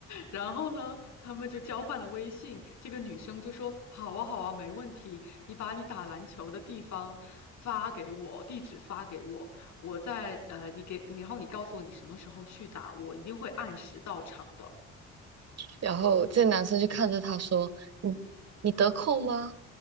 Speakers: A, on the left; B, on the right.
A: 然后呢，他们就交换了微信。这个女生就说：“好啊，好啊，没问题。你把你打篮球的地方发给我，地址发给我，我在呃，你给，然后你告诉我你什么时候去打，我一定会按时到场的。”
B: 然后这男生就看着他说：“你你得空吗？